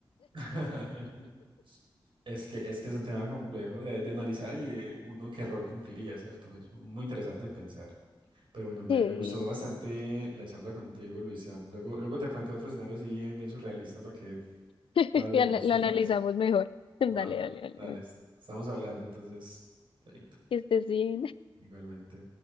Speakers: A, on the right (about 75°); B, on the left (about 85°).
A: <laughs> Es que, es que es un tema complejo de, de analizar y de uno qué rol cumpliría, ¿cierto? Es muy interesante pensar. Pero bueno, me,
B: Sí,
A: me gustó bastante
B: sí.
A: la charla contigo, Luisa. Luego, luego te planteo otro escenario así bien, bien surrealista para que
B: <laughs>
A: lo hablemos,
B: Y ana- Lo
A: ¿te
B: analizamos
A: parece?
B: mejor. <laughs> Dale,
A: Va,
B: dale, dale.
A: dale,
B: dale.
A: estamos hablando entonces. chaito,
B: Que estés bien.
A: Igualmente.